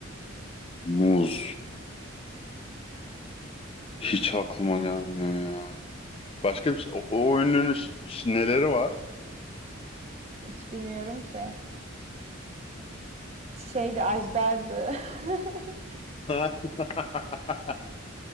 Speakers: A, on the left (about 25°); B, on the right (about 30°).
A: Muz. Hiç
B: Hmm,
A: aklıma gelmiyor ya. Başka bir şey. O, o ünlünün ş- ş- neleri var?
B: Hiç bilmiyorum ki. Şeydi Ajdar'dı. <laughs>
A: <laughs>